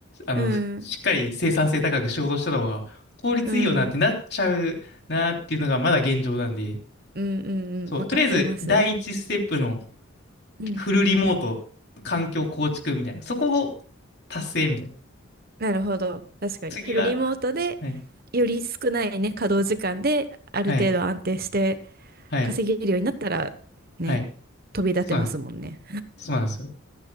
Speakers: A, on the left; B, on the right.
A: あの、
B: うん、
A: ふしっかり生産性高く仕事した方が効率いいよなってなっちゃうなっていうのがまだ現状なんで、
B: うん、うん、うん、うんわかります。
A: そう、とりあえず第一ステップの
B: うん。
A: フルリモート、環境構築みたいな、そこを達成みたいな。
B: なるほど。確かに。
A: 次は、
B: フルリモートで、
A: はい、
B: より少ないね、稼働時間で、ある程度安定して、
A: はい、はい、
B: 稼げるようになったら、ね、
A: はい。
B: 飛び立てますもんね。
A: そうなんです。そうなんですよ。